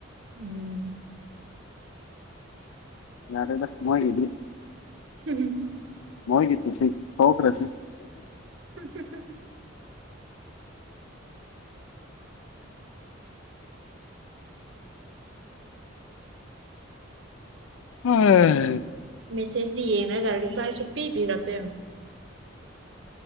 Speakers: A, on the right; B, on the left.
A: ꯎꯝ
B: ꯌꯥꯔꯦꯗ ꯅꯣꯏꯒꯗꯗꯤ
A: ꯍꯨꯝ
B: ꯍꯒꯤꯇ ꯁꯤ ꯍꯈ꯭ꯔꯥꯁꯤ
A: ꯁ
B: ꯑꯣ
A: ꯃꯦꯁꯦꯁꯇꯤ ꯌꯦꯡꯉꯒ ꯔꯤꯄ꯭ꯂꯥꯏꯁꯨ ꯄꯤꯕꯤꯔꯛꯛꯇ